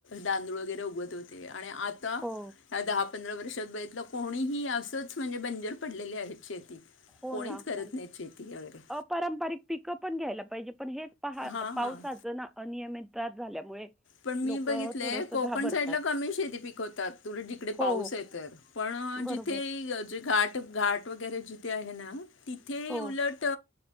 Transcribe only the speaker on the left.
तांदूळ वगैरे उगवत होतोया. आणि आता?
या दहा पंधरा वर्षात बघितलं. कोणीही असंच म्हणजे बंजर पडलेली आहे शेती
कोणीच
करत
नाहीत
शेती वगैरे
हां
हां
पण मी
बघितले,
कोकण
साईडला कमी शेती पिकवतात. उलट तिकडे
पाऊस आहे तर पण
जिथे घट घाट वगैरे जिथे आहे आहे ना तिथे
उलट